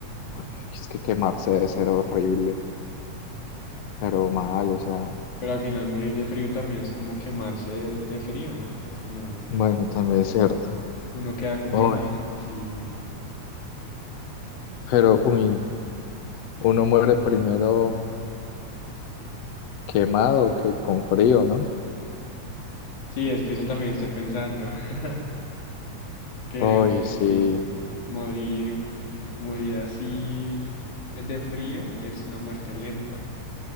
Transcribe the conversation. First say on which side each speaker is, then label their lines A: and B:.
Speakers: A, on the left; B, on the left.
A: Ay, Es que quemarse debe ser horrible, pero mal, o sea,
B: Pero al final morir de frío también es como quemarse de, de frío, ¿no? Como
A: bueno, también es cierto.
B: uno queda con
A: Uy,
B: quemaduras así.
A: pero uy, uno muere primero quemado que con frío, ¿no?
B: Sí, es que eso también estoy pensando, <laughs> que
A: Uy,
B: morir,
A: sí,
B: morir, morir así de frío es una muerte lenta.